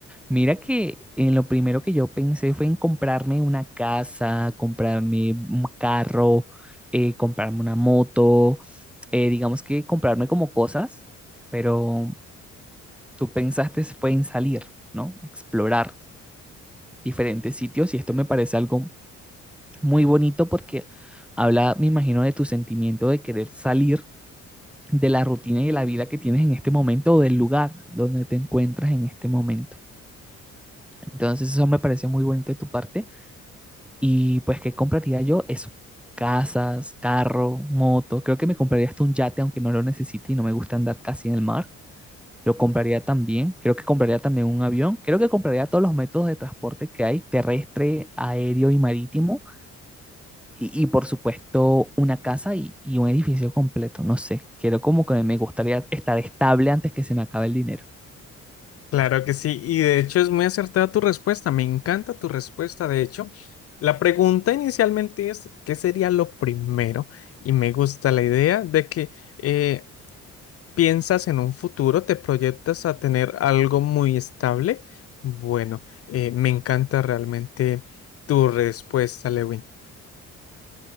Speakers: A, in the centre; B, on the left.
A: Mira que en lo primero que yo pensé fue en comprarme una casa, comprarme un carro, eh, comprarme una moto, eh, digamos que comprarme como cosas, pero tú pensaste fue en salir, ¿no? Explorar diferentes sitios y esto me parece algo muy bonito porque habla, me imagino, de tu sentimiento de querer salir de la rutina y de la vida que tienes en este momento o del lugar donde te encuentras en este momento. Entonces eso me parece muy bonito de tu parte y pues ¿qué compraría yo? Eso, casas, carro, moto, creo que me compraría hasta un yate aunque no lo necesite y no me gusta andar casi en el mar. Lo compraría también, creo que compraría también un avión, creo que compraría todos los métodos de transporte que hay, terrestre, aéreo y marítimo Y, y, por supuesto una casa y, y un edificio completo, no sé, quiero como que me gustaría estar estable antes que se me acabe el dinero.
B: Claro que sí, y de hecho es muy acertada tu respuesta, me encanta tu respuesta, de hecho. La pregunta inicialmente es, ¿qué sería lo primero? Y me gusta la idea de que eh, piensas en un futuro, te proyectas a tener algo muy estable. Bueno, eh, me encanta realmente tu respuesta, Lewin.